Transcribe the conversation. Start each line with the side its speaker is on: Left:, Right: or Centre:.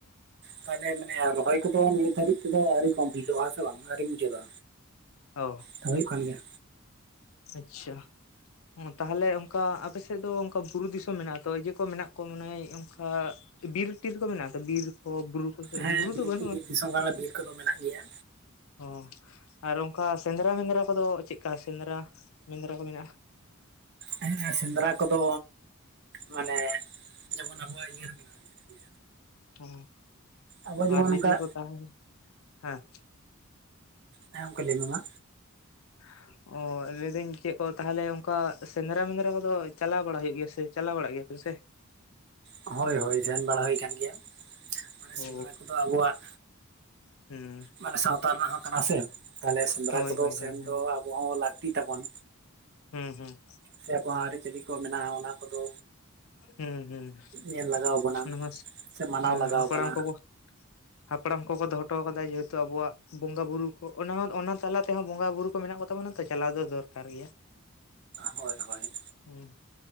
Right: ᱛᱟᱦᱚᱞᱮ ᱢᱟᱱᱮ ᱨᱚᱦᱚᱭ ᱠᱚᱫᱚ ᱱᱤᱛ ᱦᱟᱹᱨᱤᱡ ᱛᱮᱫᱚ ᱟᱣᱨᱤ ᱠᱚᱢᱯᱞᱤᱴᱚᱜᱼᱟᱦᱮ ᱥᱮ ᱵᱟᱝ ᱟᱨᱣᱨᱤ ᱢᱩᱪᱟᱹᱫᱜ-ᱟ
Left: ᱚ
Right: ᱛ ᱦᱩᱭᱩᱜ ᱠᱟᱱ ᱜᱮᱭᱟ᱾
Left: ᱟᱪᱪᱷᱟ᱾ ᱛᱟᱦᱚᱞᱮ ᱚᱱᱠᱟ ᱟᱯᱮᱥᱮᱫ ᱫᱚ ᱚᱱᱠᱟ ᱵᱩᱨᱩ ᱫᱤᱥᱚᱢ ᱢᱮᱱᱟᱜ ᱛᱚ ᱤᱭᱟ ᱠᱚ ᱢᱮᱱᱟᱜ ᱠᱚᱣᱟ ᱢᱟᱱᱮ ᱚᱱᱠᱟ? ᱵᱤᱨ ᱴᱤᱨ ᱠᱚ ᱢᱮᱱᱟᱜ-ᱟ ᱛᱚ ᱵᱤᱨ ᱠᱚ ᱵᱩᱨᱩ ᱠᱚ ᱥᱮ
Right: ᱦᱮᱸ
Left: ᱵᱩᱨᱩ
Right: ᱵᱤᱨ
Left: ᱫᱚ ᱵᱟᱹᱱᱩᱜᱼᱟ
Right: ᱛᱤᱜᱤ ᱫᱤᱥᱚᱢ ᱠᱟᱱᱟᱞᱮ ᱵᱤᱨ ᱠᱚᱫᱚ ᱢᱮᱱᱟᱜ ᱜᱮᱭᱟ᱾
Left: ᱚ ᱟᱨ ᱚᱱᱠᱟ ᱥᱮᱸᱫᱽᱨᱟ ᱢᱮᱸᱫᱽᱨᱟ ᱠᱚᱫᱚ ᱪᱮᱜᱠᱟ ᱥᱮᱸᱫᱽᱨᱟ ᱥᱮᱸᱫᱽᱨᱟ ᱢᱮᱱᱟᱜᱼᱟ ᱠᱚ ᱢᱮᱱᱟᱜ-ᱟ᱾
Right: ᱦᱮᱸ ᱮᱸ ᱥᱮᱸᱫᱽᱨᱟ ᱠᱚᱫᱚ ᱢᱟᱱᱮ ᱡᱮᱢᱚᱱ ᱟᱵᱚᱣᱟᱜ ᱤᱭᱟᱹ ᱢᱮᱱᱟᱜᱼᱟ᱾ ᱪᱮᱫ ᱠᱚ ᱞᱟᱹᱭᱟ
Left: ᱚ
Right: ᱟᱵᱚ ᱡᱮᱢᱚᱱ
Left: ᱟᱨ ᱨᱤᱡᱤ
Right: ᱚᱱᱠᱟ
Left: ᱠᱚ ᱛᱟᱦᱮᱱ ᱦᱮᱸ
Right: ᱦᱮᱸ ᱚᱝᱠᱟ ᱞᱟᱹᱭᱢᱮ ᱢᱟ?
Left: ᱦᱠᱩ <unintelligible> ᱚ ᱞᱟᱹᱭᱫᱟᱹᱧ ᱪᱮᱫ ᱠᱚ ᱛᱟᱦᱚᱞᱮ ᱚᱱᱠᱟ ᱥᱮᱸᱫᱽᱨᱟ ᱢᱮᱸᱫᱽᱨᱟ ᱠᱚᱫᱚ ᱪᱟᱞᱟᱣ ᱵᱟᱲᱟ ᱦᱩᱭᱩᱜ ᱜᱮᱭᱟ ᱥᱮ ᱪᱟᱞᱟᱣ ᱵᱟᱲᱟᱜ ᱜᱮᱭᱟ ᱯᱮ ᱥᱮ
Right: ᱦᱳᱭ ᱦᱳᱭ ᱥᱮᱱ ᱵᱟᱲᱟ ᱦᱩᱭ ᱟᱠᱟᱱ ᱜᱮᱭᱟ᱾ ᱢᱟᱱᱮ
Left: ᱚ
Right: ᱥᱮᱸᱫᱽᱨᱟ ᱠᱚᱫᱚ ᱟᱵᱚᱣᱟᱜ
Left: ᱦᱩᱸ
Right: ᱢᱟᱱᱮ ᱥᱟᱶᱛᱟ ᱨᱮᱱᱟᱜ ᱦᱚᱸ ᱠᱟᱱᱟ ᱥᱮ ᱛᱟᱦᱚᱞᱮ ᱥᱮᱸᱫᱽᱨᱟ
Left: ᱦᱳᱭ
Right: ᱠᱚᱫᱚ
Left: ᱦᱳᱭ ᱦᱳᱭ
Right: ᱥᱮᱱ
Left: ᱦᱮᱸ
Right: ᱫᱚ ᱟᱵᱚ ᱦᱚᱸ ᱞᱟᱹᱠᱛᱤ ᱛᱟᱵᱚᱱ
Left: ᱦᱩᱸ ᱦᱩᱸ
Right: ᱥᱮ ᱟᱵᱚᱣᱟᱜ ᱟᱹᱨᱤ ᱪᱟᱹᱞᱤ ᱠᱚ ᱢᱮᱱᱟᱜᱼᱟ ᱚᱱᱟ ᱠᱚᱫᱚ
Left: ᱦᱩᱸ ᱦᱮᱸ
Right: ᱧᱮᱞ ᱞᱟᱜᱟᱣ ᱵᱚᱱᱟ
Left: ᱚᱱᱟᱢᱟ
Right: ᱥᱮ ᱢᱟᱱᱟᱣ
Left: ᱥᱟ
Right: ᱞᱟᱜᱟᱣ
Left: ᱦᱮᱸ ᱦᱟᱯᱲᱟᱢ
Right: ᱵᱚᱱᱟ
Left: ᱠᱚᱠᱚ ᱦᱟᱯᱲᱟᱢ ᱠᱚᱠᱚ ᱫᱚᱦᱚᱴᱚᱣ ᱠᱟᱫᱟ ᱡᱮᱦᱮᱛᱩ ᱟᱵᱚᱭᱟᱜ ᱵᱚᱸᱜᱟ ᱵᱩᱨᱩ ᱠᱚ ᱚᱱᱟ ᱚᱱᱟ ᱛᱟᱞᱟ ᱛᱮᱦᱚᱸ ᱵᱚᱸᱜᱟ ᱵᱩᱨᱩ ᱠᱚ ᱢᱮᱱᱟᱜ ᱠᱚᱛᱟ ᱵᱚᱱᱟ ᱛᱚ ᱪᱟᱞᱟᱣ ᱫᱚ ᱫᱚᱨᱠᱟᱨ ᱜᱮᱭᱟ᱾
Right: ᱦᱳᱭ ᱦᱳᱭ
Left: ᱦᱩᱸ